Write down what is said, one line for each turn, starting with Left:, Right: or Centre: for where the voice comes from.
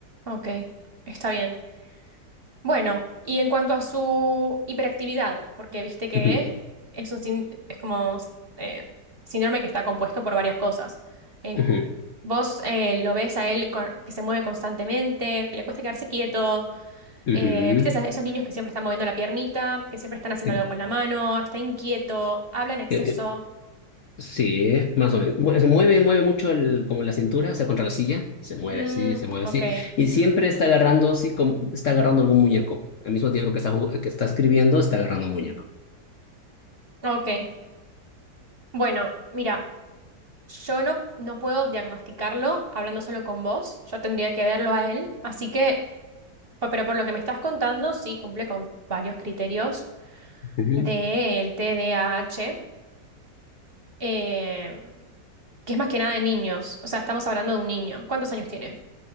Right: ok, está bien. Bueno, y en cuanto a su hiperactividad, porque viste que
Left: Ujú,
Right: es un sin- es como eh, síndrome que está compuesto por varias cosas. En-
Left: ujú,
Right: vos eh, lo ves a él con- que se mueve constantemente, que le cuesta quedarse quieto,
Left: ujú.
Right: eh, viste esas- esos niños que siempre están moviendo la piernita, que siempre están haciendo
Left: Eh,
Right: algo con la mano, está inquieto, habla en exceso.
Left: eh, eh, Sí, más o menos. Mue- Se mueve, mueve mucho el, como la cintura, o sea, contra la silla. Se mueve
Right: Mm,
Left: así, se mueve
Right: ok,
Left: así. Y siempre está agarrando así, como, está agarrando algún muñeco. Al mismo tiempo que está, ju- que está escribiendo, está agarrando un muñeco.
Right: ok. Bueno, mira. Yo no, no puedo diagnosticarlo hablando solo con vos, yo tendría que verlo a él, así que Pe- Pero por lo que me estás contando, sí cumple con varios criterios
Left: Ujú.
Right: del TDAH, eh, que es más que nada de niños. O sea, estamos hablando de un niño. ¿Cuántos años tiene?